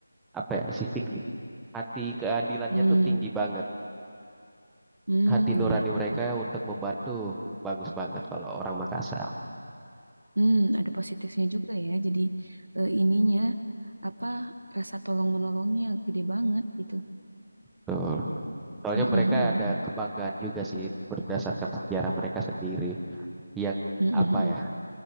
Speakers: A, in the centre; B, on the right.
A: apa ya sifik hati keadilannya
B: mm,
A: tuh tinggi banget
B: mm,
A: hati nurani
B: iya ya.
A: mereka
B: Ada,
A: untuk membantu bagus banget kalau orang Makassar
B: mm, ada positifnya juga ya. Jadi eh, ininya apa rasa tolong menolongnya gede banget gitu.
A: tuh soalnya
B: Mm, mm,
A: mereka ada
B: mm,
A: kebanggaan juga sih berdasarkan sejarah mereka sendiri yang
B: mm, mm,
A: apa ya
B: mm,